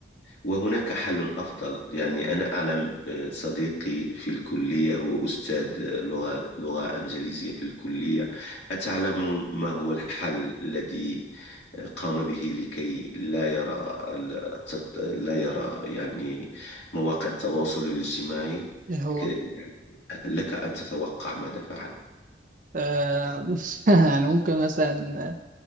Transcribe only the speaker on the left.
وهناك حل أفضل يعني أنا أعلم آه، صديقي في الكلية هو أستاذ آه، لغة لغة إنجليزية في الكلية أتعلم ما هو الحل الذي آه، قام به لكي لا يرى ال- التط- لا يرى يعني مواقع التواصل الاجتماعي
ك- يعني لك أن تتوقع ماذا فعل